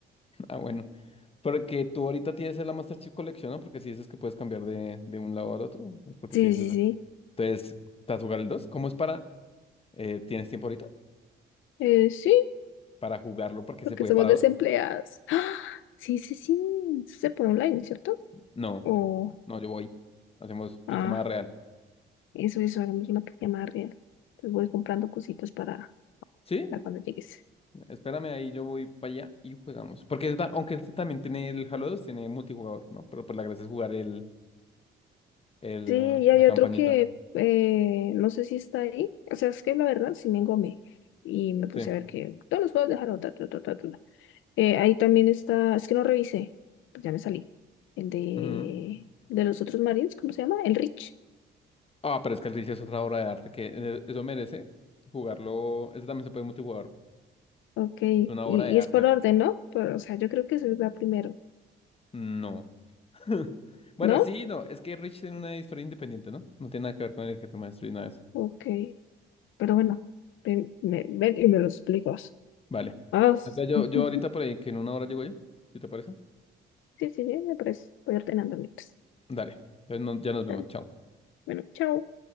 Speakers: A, on the left; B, on the left.
A: Ah, bueno. Porque tú ahorita tienes la Master Chief Collection, ¿no? Porque si dices que puedes cambiar de, de un lado al otro, es porque
B: Sí,
A: tienes
B: sí,
A: esa.
B: sí.
A: Entonces, ¿estás jugar el 2? ¿Cómo es para...? eh, ¿tienes tiempo ahorita
B: Eh, sí,
A: para jugarlo? Porque
B: porque
A: se puede
B: somos
A: para
B: desempleadas.
A: dos.
B: ¡Ah! Sí, sí, sí. Eso se puede online, ¿cierto?
A: No,
B: O,
A: no, yo voy. Hacemos pijamada
B: ah,
A: real.
B: eso, eso, hagamos una llamada real. Pues voy comprando cositas para,
A: Sí,
B: para cuando llegues.
A: espérame ahí, yo voy para allá y jugamos. Porque esta- aunque este también tiene el Halo dos, tiene multijugador, ¿no? Pero pues la gracia es jugar el, el,
B: Sí, y hay
A: la campañita.
B: otro que eh, no sé si está ahí. O sea, es que la verdad sí me engomé. Y me puse
A: Sí.
B: a ver que todos los juegos dejaron. Ta, ta, ta, ta, ta. Eh, ahí también está, es que no revisé, pues ya me salí. El de,
A: Ujú.
B: de los otros marines, ¿cómo se llama? El Rich.
A: Ah, pero es que el Reach es otra obra de arte que eh, eso merece jugarlo. Ese también se puede multijugador,
B: Ok, y,
A: Una
B: y
A: obra de arte.
B: es por orden, ¿no? Pero, o sea, yo creo que se va primero,
A: No. <laughs> Bueno,
B: ¿no?
A: sí, no. Es que Rich tiene una historia independiente, ¿no? No tiene nada que ver con el jefe maestro y nada de eso.
B: Ok, pero bueno, ven, me- ven y me lo explicas.
A: Vale.
B: Ah, <laughs> sí,
A: Entonces, Yo, yo ahorita por ahí, que en una hora llego yo, si te parece.
B: sí, sí, me parece. Voy ordenando mientras.
A: Dale. Entonces no- ya nos vemos.
B: Dale.
A: Chao.
B: Bueno, chao.